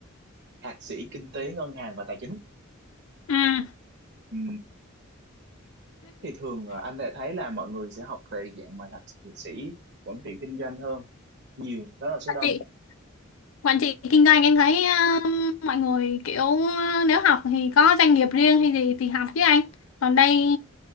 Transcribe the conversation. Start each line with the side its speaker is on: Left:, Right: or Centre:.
Right: thạc sĩ kinh tế ngân hàng và tài chính
Left: ừ.
Right: Ừ. thì thường ờ, anh đã thấy là mọi người sẽ học về dạng mà thạc sĩ quản trị kinh doanh hơn nhiều đó là số đông
Left: chị quản trị kinh doanh em thấy um, mọi người kiểu uh, nếu học thì có doanh nghiệp riêng hay gì thì học chứ anh còn đây